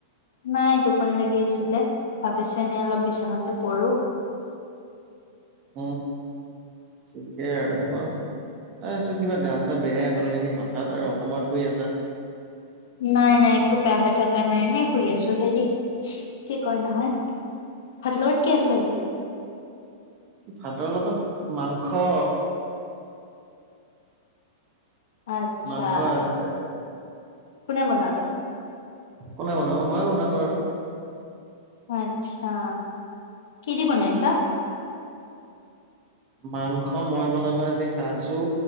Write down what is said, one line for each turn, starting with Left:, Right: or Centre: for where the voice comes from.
Left: নাই টোপনি লাগি আছিলে ভাবিছো এনেই অলপ বিচনাতে পৰো।
Right: উম ঠিকেই আৰু <unintelligible> ত আছো কিবা গা চা বেয়াই হল নেকি হঠাৎ আৰু অসমত শ আছা।
Left: নাই নাই একো বেয়া হৈ থকা নাই এনে শুই আছো হেৰি কি ক নহয় ফাটল কাট কি আছে আজি
Right: ভাতৰ লগত মাংস
Left: আচ্ছা
Right: মাংস আছে।
Left: কোনে বনালে
Right: কোনে বনাব মইয়ে বনালো আৰু
Left: আচ্ছা কি দি বনাাইছা
Right: মাংস মই বনালো আজি কাজু